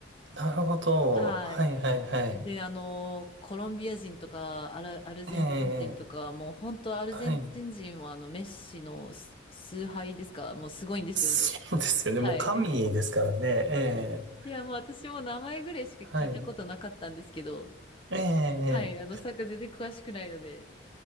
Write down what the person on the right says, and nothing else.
なるほど。
はいはいはい。
ええ、
はい。
そうですよね。
もう神ですからね。
ええ、
はい。ええ、